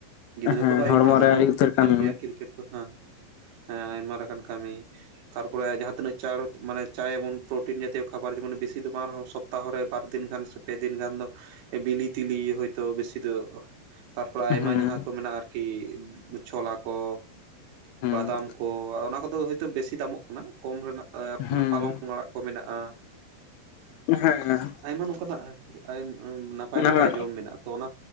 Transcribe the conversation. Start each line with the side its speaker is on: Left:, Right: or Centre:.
Right: ᱜᱤᱫᱽᱨᱟᱹ
Left: ᱦᱮᱸ
Right: ᱠᱚᱫᱚ ᱟᱹᱭᱩᱵ
Left: ᱦᱚᱲᱢᱚ
Right: ᱵᱮᱲᱟ
Left: ᱨᱮ
Right: ᱠᱚ ᱵᱚᱞ
Left: ᱟᱹᱰᱤ
Right: ᱠᱚᱠᱚ
Left: ᱩᱛᱟᱹᱨ
Right: ᱠᱷᱮᱞ
Left: ᱠᱟᱹᱢᱤ
Right: ᱜᱮᱭᱟ ᱠᱨᱤᱠᱮᱴᱼᱼ ᱫᱚ ᱦᱟᱸᱜ ᱦᱮᱸ ᱟᱭᱢᱟ ᱞᱮᱠᱟᱱ ᱠᱟᱢᱤ᱾ ᱛᱟᱨᱯᱚᱨᱮ ᱡᱟᱦᱟᱸ ᱛᱤᱱᱟᱹᱜ ᱪᱟᱲ ᱢᱟᱱᱮ ᱪᱟᱭ ᱵᱚᱱ ᱯᱨᱳᱴᱤᱱ ᱡᱟᱛᱤᱭ ᱠᱷᱟᱵᱟᱨ ᱡᱮᱢᱚᱱ ᱵᱤᱥᱤ ᱫᱚ ᱵᱟᱝ ᱨᱮᱦᱚᱸ ᱥᱚᱵᱼᱼᱼ ᱥᱚᱯᱛᱟᱦᱚ ᱨᱮ ᱵᱟᱨ ᱫᱤᱱ ᱜᱟᱱ ᱥᱮ ᱯᱮ ᱫᱤᱱ ᱜᱟᱱ ᱫᱚ ᱮ ᱵᱤᱞᱤ ᱛᱤᱞᱤ ᱦᱚᱭᱛᱳ ᱵᱮᱥᱤ ᱫᱚᱼ ᱛᱟᱨᱯᱚᱨ ᱟᱭᱢᱟ
Left: ᱦᱩᱸ
Right: ᱡᱟᱦᱟᱸ ᱠᱚ ᱢᱮᱱᱟᱜ-ᱟ ᱟᱨᱠᱤ ᱪᱷᱚᱞᱟ ᱠᱚ᱾
Left: ᱦᱩᱸ
Right: ᱵᱟᱫᱟᱢ ᱠᱚ ᱟ ᱚᱱᱟ ᱠᱚᱫᱚ ᱦᱳᱭᱛᱚ ᱵᱮᱥᱤ ᱫᱟᱢᱚᱜ ᱠᱟᱱᱟ ᱠᱚᱢ ᱨᱮᱱᱟᱜᱼᱼ
Left: ᱦᱩᱸ
Right: ᱮ ᱯᱟᱞᱚᱝ ᱟᱲᱟᱜ ᱠᱚ ᱢᱮᱱᱟᱜ-ᱟ᱾
Left: ᱦᱮᱸ ᱦᱮᱸ᱾
Right: ᱟᱭᱢᱟ ᱱᱚᱝᱠᱟ ᱱᱟᱜ ᱮ ᱱᱟᱯᱟᱭ
Left: ᱚᱱᱟ
Right: ᱱᱟᱯᱟᱭ
Left: ᱢᱟ
Right: ᱡᱚᱢ ᱢᱮᱱᱟᱜ-ᱟ ᱛᱚ ᱚᱱᱟᱼᱼ